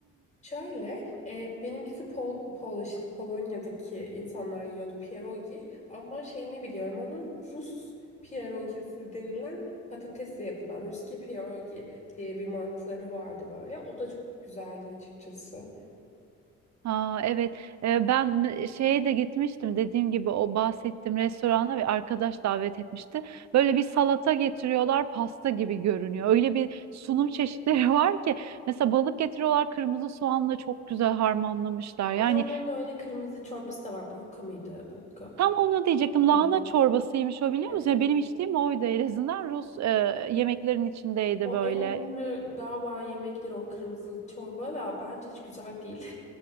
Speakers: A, on the left; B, on the right.
A: Şöyle, e, benimkisi Pol, Pol işte Polonya'daki insanlar yiyordu pierogi ama şeyini biliyorum onun Rus pierogisi denilen patatesle yapılan Ruski pierogi diye bir mantıları vardı böyle. O da çok güzeldi açıkçası.
B: ha, evet. Ee, ben şeye de gitmiştim. Dediğim gibi o bahsettiğim restorana bir arkadaş davet etmişti. Böyle bir salata getiriyorlar. Pasta gibi görünüyor. Öyle bir sunum çeşitleri <laughs> var ki. Mesela balık getiriyorlar. Kırmızı soğanla çok güzel harmanlamışlar. Yani
A: Bir de onların öyle kırmızı çorbası da var. Bulka mıydı? Bulka.
B: Tam onu diyecektim. Lahana
A: Evet.
B: çorbasıymış o biliyor
A: Evet
B: musun?
A: evet.
B: Yani benim içtiğim oydu en azından. Rus e, yemeklerin içindeydi
A: O
B: böyle.
A: en ünlü galiba yemekleri o kırmızı çorba da bence hiç güzel değil.